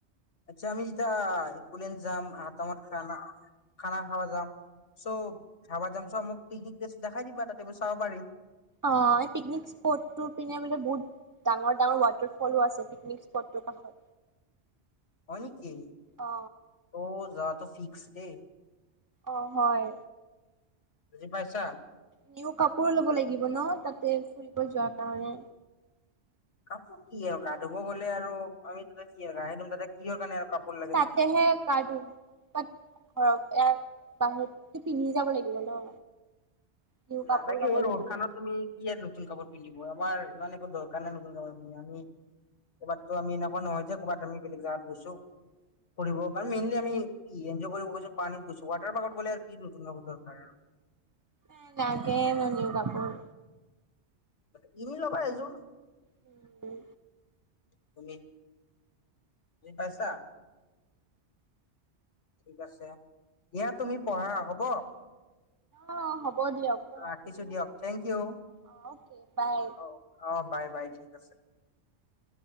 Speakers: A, on the left; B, on the right.
A: আচ্ছা আমি যেতিয়া একলাণ্ড যাম, আহাঁ টাইম ত খানা খানা খাবা যাম চ ধাবা যাম, চ' মোক পিকনিক প্লেচ টো দেখাই দিবা তাতে মই চাব পাৰিম।
B: অ এই পিকনিক স্পটটো পিনে বোলে বহুত ডাঙৰ-ডাঙৰ ৱাটাৰ ফলো আছে পিকনিক স্পটৰ কাষত।
A: হয় নিকি?
B: অ
A: অ যোৱা টো ফি <unintelligible>
B: অহ হয়।
A: বুজি পাইছা
B: নিউ কাপোৰো লব লাগিব ন তাতে ফুৰিব যোৱা। কাৰনে।
A: কাপোৰ কি আৰু, গা ধুব গলে আৰু আমি তাতে কি হয় গা হে ধুম তাতে কিহৰ কাৰণে আৰু কাপোৰ লাগে
B: ততে
A: নতুন
B: হে গা ধোম, বাত ঘৰত এ বাহিৰতো পিন্ধি যাব লাগিব ন? নিউ
A: নালাগে
B: কাপোৰ ল'ব
A: অ ৰড
B: লাগিব।
A: খানত তুমি কি আৰু নতুন কাপোৰ পিন্ধিব। আমাৰ ইমান একো দৰকাৰ নাই নতুন কাপোৰ পিন্ধি আমি এইবাৰতো আমি এন নহয় যে কবাত আমি বেলেগ জাগাত গৈছো ফুৰিব বা মেইনলি আমি কি এনঞ্জয় কৰিব গৈছো পানীত গৈছো ৱাটাৰ পাৰ্কত গ'লে আৰু কি নতুন দৰকাৰ আৰু
B: এ লাগে ন নিও কাপোৰ
A: কিনি ল'বা এযোৰ।
B: উম
A: তুমি বুজি পাইচা? ঠিক আছে দিয়া তুমি পঢ়া হ'ব।
B: অ ', হ'ব হ'ব দিয়ক ন
A: ৰাখিছো
B: আপুনি
A: দিয়ক থেংক ইউ
B: অ ওক বাই।
A: অ অ বাই বাই ঠিক আছে।